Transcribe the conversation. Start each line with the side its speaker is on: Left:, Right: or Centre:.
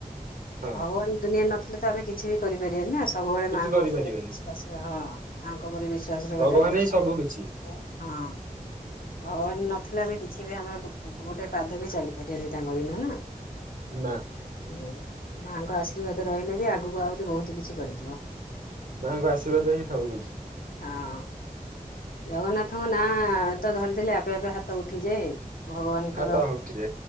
Right: ହଁ
Left: ଭଗବାନ ଦୁନିଆରେ ନଥିଲେ ତ ଆମେ କିଛି ବି କରିପାରିବାନି ନା ସବୁବେଳେ
Right: କିଛି
Left: ମାଆଙ୍କ
Right: କରିପାରିବେନି
Left: ଉପରେ ବିଶ୍ଵାସ ହଁ ମାଙ୍କ ଉପରେ ବିଶ୍ଵାସ
Right: ଭଗବାନ
Left: ର ଜଗନ୍ନାଥ
Right: ହିଁ ସବୁ କିଛି
Left: ବିଶଵାସ ହଁ ହଁ ନଥିଲେ ଆମେ କିଛି ବି ଆମେ ଗୋଟେ ପାଦ ବି ଚାଲିପାରିବାନି ତାଙ୍କ ବିନା ନା।
Right: ନା।
Left: ହ ମାଆଙ୍କ ଆଶୀର୍ବାଦ ରହିଲେ ବି ଆଗକୁ ଆହୁରି ବହୁତ କିଛି କରିଯିବ।
Right: ମାଆଙ୍କ ଆଶୀର୍ଦ ହିଁ ସବୁ କିିଛି।
Left: ହଁ। ଜଗନ୍ନାଥଙ୍କ ନାଁ ତ ଧରିଥିଲେ ଆପେ ଆପେ ହାତ ଉଠିଯାଏ ଭଗବାନଙ୍କର।
Right: ହାତ ଉଠିଯାଏ।